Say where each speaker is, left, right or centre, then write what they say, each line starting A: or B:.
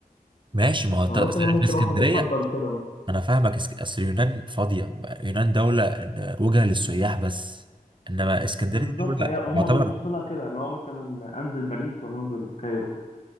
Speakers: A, on the right (about 30°); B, on the left (about 50°).
A: ماشي ما هو انت
B: فمثلا ممكن
A: اسكندرية
B: واحد يفضل كده مثلا
A: انا فاهمك اسك- اصل يونان فاضيه يونان دوله آه، وجهه للسياح بس انما اسكندريه
B: بالظبط
A: دوله
B: هي
A: معتبر
B: هما بيبصوا لها كده اللي هو مثلا انزل باريس ولا انزل الكايرو